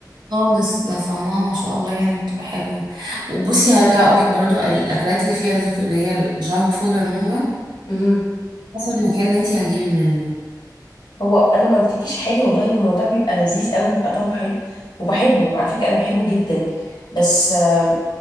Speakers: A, on the right; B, on the left.
A: خالص ده طعمها ما شاء الله يعني بتبقى حلوة وبصي هرجع أقولك برضو الأكلات اللي فيها زيوت اللي هي الجانك فود عموما
B: امم
A: حسب المكان اللي انتي هتجيبي منه
B: هو انا ما قلتلكيش حاجه والله الموضوع بيبقى لذيذ قوي بيبقى طعمه حلو وبحبه على فكره انا بحبه جدا بس آم،